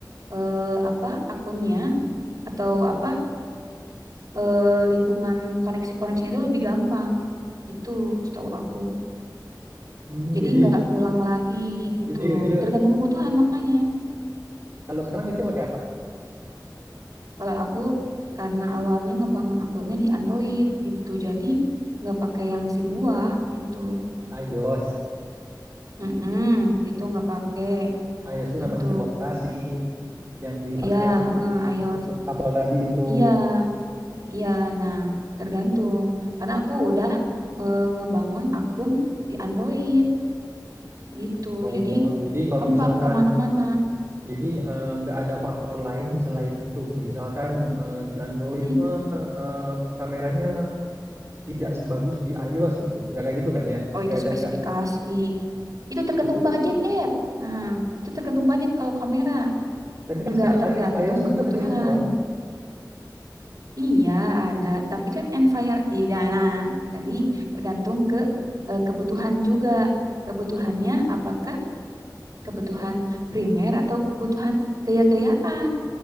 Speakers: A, on the right; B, on the right.
A: eh, apa akunnya atau apa eh, lingkungan koneksi-koneksinya itu lebih gampang. Itu setahu aku.
B: Hmm,
A: Jadi
B: jadi
A: nggak ngulang lagi gitu
B: jadi
A: loh.
B: Ece
A: Tergantung kebutuhan makanya.
B: kalau sekarang Ece pakai apa?
A: Kalau aku karena awalnya ngebangun akunnya di Android gitu. Jadi nggak pakai yang si buah gitu.
B: iOS.
A: Mm-mm, gitu nggak pakai
B: iOS itu
A: gitu.
B: nama sistem operasi yang dipakai
A: Iya,
B: oleh
A: heeh,
B: si
A: iOS.
B: itu Apple tadi itu.
A: Iya, iya. Nah, tergantung. Karena aku udah eh, ngebangun akun di Android gitu.
B: Oh,
A: Jadi
B: jadi kalau
A: gampang
B: misalkan
A: kemana-mana.
B: jadi eh, nggak ada faktor lain selain itu, gitu. Misalkan eh, di Android
A: mm
B: mah eh, kameranya tidak sebagus di iOS gitu, nggak kayak gitu kan ya?
A: Oh,
B: Nggak
A: itu
B: ada
A: spesifikasi.
B: nggak
A: Itu tergantung
B: itu.
A: budget. Nah, itu tergantung budget kalau kamera.
B: Tapi kan
A: Nggak
B: sekarang
A: tergantung
B: i- iOS
A: kebutuhan.
B: juga ada yang murah.
A: Iya, ada. Tapi kan environment, iya, nah, tadi tergantung ke eh, kebutuhan juga. Kebutuhannya apakah kebutuhan primer atau kebutuhan gaya-gayaan